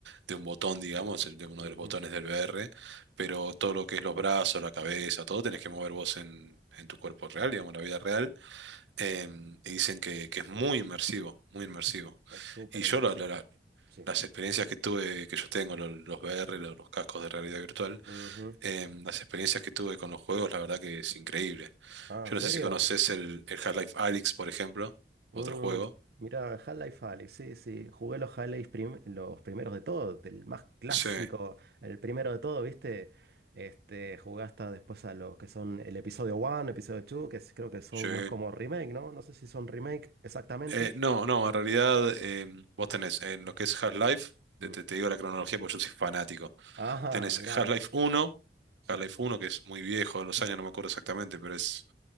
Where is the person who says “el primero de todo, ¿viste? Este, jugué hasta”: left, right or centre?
Right